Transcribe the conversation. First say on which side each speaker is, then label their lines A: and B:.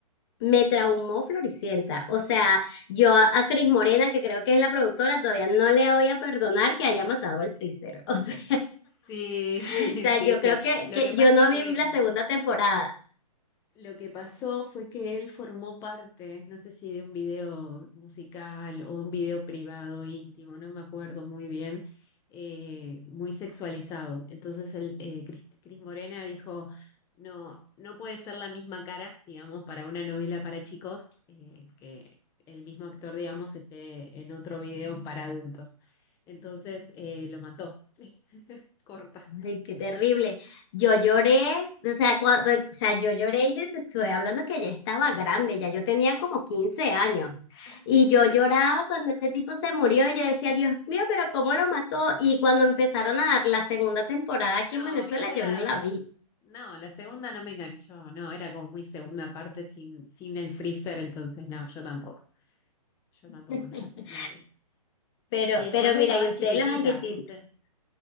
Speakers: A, on the left; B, on the left.
A: me traumó Floricienta. O sea, yo a, a Cris Morena, que creo que es la productora, todavía no le voy a perdonar que haya matado al Freezer. <laughs> O sea.
B: Sí, <laughs>
A: <laughs> O sea,
B: sí,
A: yo
B: sí.
A: creo que,
B: Lo
A: que
B: que pasa
A: yo no
B: es que
A: vi la
B: mm,
A: segunda temporada.
B: lo que pasó fue que él formó parte, no sé si de un video musical o de un video privado íntimo, no me acuerdo muy bien, eh, muy sexualizado. Entonces el, eh, Cris, Cris Morena dijo, no, no puede ser la misma cara, digamos, para una novela para chicos, eh, que el mismo actor, digamos, esté en otro video para adultos. Entonces eh, lo mató, <laughs> corta.
A: Ay, qué terrible. Yo lloré, o sea, cuando, o sea, yo lloré y te estoy hablando que ya estaba grande, ya yo tenía como 15 años.
B: <laughs>
A: Y yo lloraba cuando ese tipo se murió y yo decía, Dios mío, pero ¿cómo lo mató? Y cuando empezaron a dar la segunda temporada aquí
B: No,
A: en Venezuela,
B: viste la.
A: yo no la vi.
B: No, la segunda no me enganchó. No, era como muy segunda parte sin, sin el freezer, entonces no, yo tampoco. Yo tampoco,
A: <laughs>
B: no, no, no la vi.
A: Pero,
B: Y después
A: pero mira,
B: estaba
A: y ustedes
B: Chiquititas,
A: los argentinos
B: ¿usted?